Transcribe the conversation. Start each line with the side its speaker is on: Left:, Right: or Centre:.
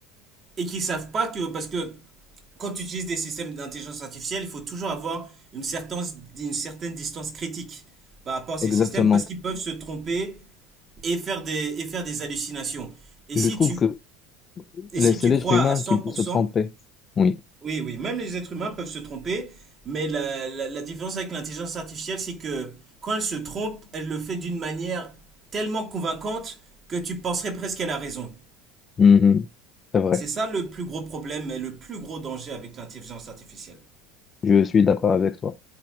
Right: et qu'ils savent pas que, parce que quand tu utilises des systèmes d'intelligence artificielle, il faut toujours avoir une certaine, une certaine distance critique par rapport à ces
Left: Exactement.
Right: systèmes parce qu'ils peuvent se tromper et faire des, et faire des hallucinations. Et
Left: Je
Right: si
Left: trouve
Right: tu,
Left: que
Right: et
Left: les-
Right: si
Left: c'est
Right: tu
Left: l'être
Right: crois
Left: humain
Right: à 100%,
Left: qui peut se tromper. Oui.
Right: oui, oui, même les êtres humains peuvent se tromper, mais la, la, la différence avec l'intelligence artificielle, c'est que quand elle se trompe, elle le fait d'une manière tellement convaincante que tu penserais presque qu'elle a raison.
Left: Mhm. C'est vrai,
Right: C'est ça le plus gros problème et le plus gros danger avec l'intelligence artificielle.
Left: je suis d'accord avec toi.